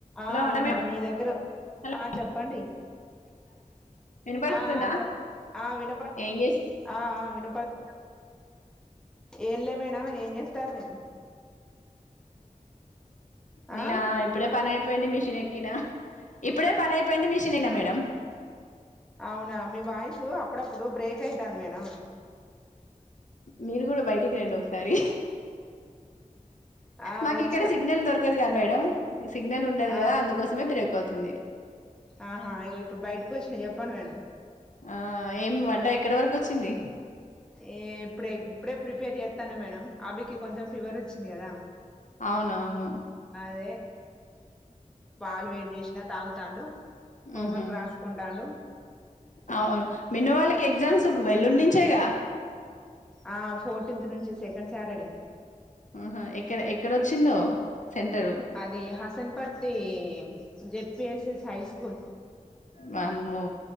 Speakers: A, in the centre; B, on the left.
A: ఆ
B: hello hello
A: madam మీ దగ్గర
B: వినపడుతుందా
A: ఆ చెప్పండి
B: వినపడుతుందా
A: ఆ చెప్పు వినపడుతుంది
B: ఏం చేస్
A: ఆ వినప్ప ఫస్ట్ ఏంలే మేడం ఏం చేస్తారు మీరు
B: నేనా
A: ఆ
B: ఇప్పుడే పనైంది పోయింది మిషన్ ఎక్కినా ఇప్పుడే పని అయిపోయింది మిషన్నా మేడం
A: అవునా మీ వాయిసు అప్పుడప్పుడు బ్రేక్ అయితాంది మేడం
B: మీరు కూడా బయటికి రండి ఒకసారి
A: ఆ
B: మాకు
A: వచ్చినా
B: ఇక్కడ సిగ్నల్ దొరకదు క మేడం సిగ్నల్ ఉండదు
A: ఆ
B: గా అందుకోసమే బ అయిపోతుంది
A: ఆహా ఇప్పుడు బయటకు వచ్చినా చెప్పండి మేడం
B: ఆ ఏం వంట ఎక్కడి వరకు వచ్చింది
A: ఏ ఇప్పుడే ఇప్పుడే ప్రిపేర్ చేస్తాను మేడం అభికి కొంచెం ఫీవర్ వచ్చింది కదా
B: అవునవును
A: అ పాలు వేడి చేసినా తాగు తాండు హోం
B: ఉహు
A: వర్క్ రాసుకుంటాండు
B: అవును మిన్న వాళ్ళకి ఎగ్జామ్స్ ఎల్లుండి నుంచేగా
A: ఆ ఫోర్టీన్త్ నుంచి సెకండ్ సాటర్డే
B: ఆహా ఎక్కడ ఎక్కడొచ్చిందో సెంటరు
A: అది Hasanparthy Z PSS high school
B: వామ్మో